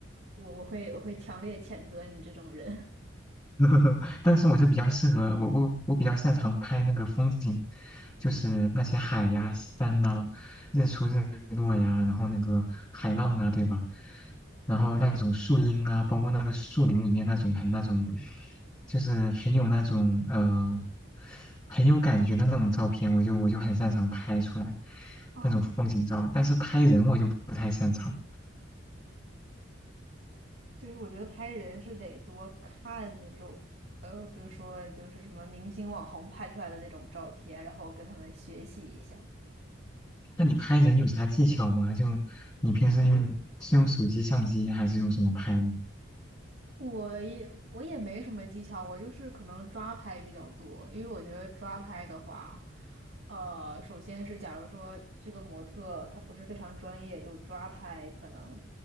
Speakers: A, on the right (about 60°); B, on the left (about 20°).
A: 我我会我会强烈谴责你这种人。
B: <laughs> 但是我是比较适合我我我比较擅长拍那个风景，就是那些海呀、山呐、日出日落呀，然后那个海浪啊，对吧？然后那种树荫啊，包括那个树林里面那种很那种，就是很有那种呃很有感觉的那种照片，我就我就很擅长拍出来
A: <laughs> 啊。
B: 那种风景照，但是拍人我就不太擅长。
A: 就是我觉得拍人是得多看那种，呃，比如说就是什么明星网红拍出来的那种照片，然后跟他们学习一下。
B: 那你拍人有啥技巧吗？就你平时用是用手机相机还是用什么拍呢？
A: 我也我也没什么技巧，我就是可能抓拍比较多，因为我觉得抓拍的话，呃，首先是假如说这个模特她不是非常专业，就抓拍可能，